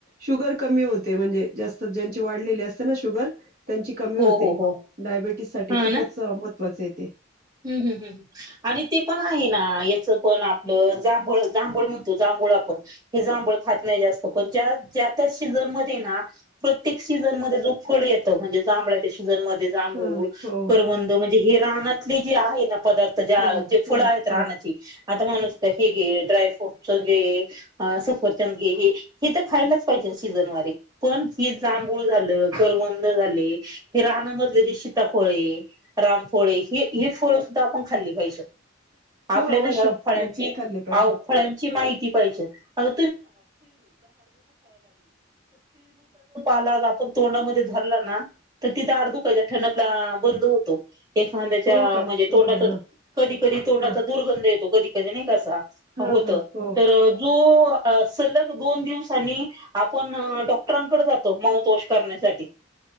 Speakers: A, on the right; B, on the right.
A: शुगर कमी होते म्हणजे जास्त ज्यांची वाढलेली असते ना शुगर त्यांची कमी
B: हो
A: होते
B: हो हो
A: डायबेटीस साठी
B: हा
A: खूपच
B: ना
A: महत्त्वाचे आहेत
B: हम्म हम् ह आणि ते पण आहे ना याच पण आपलं ज जांभळ म्हणतो जांभूळ आपण हे जांभळ खात नाही जास्त पण ज्या ज्या त्या शिजनमध्येध्ये ना प्रत्येक सीझनमध्येध्ये जो फळ येतं म्हणजे जांभळा्याच्या सीझनमध्ये जांभळ
A: हा हो
B: करव म्हणजे हे रानाले जे आहे पदार्थ ज्या
A: हो
B: जे फळ
A: हो
B: आहेत राहण्याची
A: हो
B: आता माणूसत हे गे ड्राय फ्रूटस वगे सफरचंदगे हे हे तर खायलाच पाहिजे सीजन वारे पण ज जांभूळ झालं वंद झाले हे राणामधले जे सीतापोळे रामपोळे हे ह फळं सुद्धा आपण खाल्ली पाहिजे आपल्याला
A: हो अवश्य
B: ह्या फळांची
A: नक्कीच खाल्ले पाहिजे
B: आव फळांची दु तोड धर तिथ ठ ब होतो ए त्या
A: हो का ह
B: म्हणजे तोंडाचा
A: ह
B: कधी कधी तोंडाचा
A: ह
B: दुर्गंध येतो कधी कधी नाही कसा
A: ह ह
B: होत
A: ह हो
B: तर जो सलग दोन दिवसांनी आपण डॉक्टरांकडे जातो माऊथवॉश करण्यासाठी